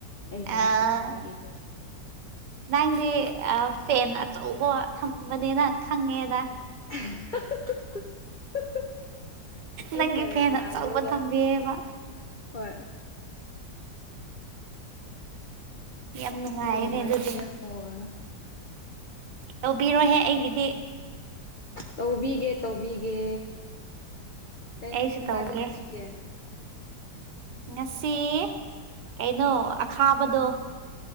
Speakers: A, on the left; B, on the right.
A: ꯑꯩꯕꯨꯝꯁꯦꯠ
B: ꯑꯥ
A: ꯆꯔꯛꯏꯗꯣ
B: ꯅꯪꯗꯤ ꯐꯦꯟ ꯑꯆꯧꯕ ꯊꯝꯕꯅꯤꯅ ꯈꯪꯉꯦꯗ
A: <unintelligible> ꯑꯩ
B: ꯅꯪꯒꯤ
A: ꯀꯔ
B: ꯐꯦꯟ
A: ꯅꯗꯧꯒ
B: ꯑꯆꯧꯕ ꯊꯝꯕꯤꯌꯦꯕ
A: ꯍꯣꯏ
B: ꯌꯥꯝ ꯅꯨꯡꯉꯥꯏꯅꯦ
A: ꯅꯪꯒꯤ ꯅꯝꯕꯔꯁꯨ
B: ꯑꯗꯨꯗꯤ
A: ꯁꯦꯞ ꯇꯧꯔꯒꯦ
B: ꯇꯧꯕꯤꯔꯣꯍꯦ ꯑꯩꯒꯤꯗꯤ
A: ꯇꯧꯕꯤꯒꯦ ꯇꯧꯕꯤꯒꯦ
B: ꯑꯩꯁꯨ
A: ꯀ
B: ꯇꯧꯒꯦ
A: ꯆꯥꯒꯦ ꯉꯁꯤꯁꯦ
B: ꯉꯁꯤ ꯀꯩꯅꯣ ꯑꯈꯥꯕꯗꯣ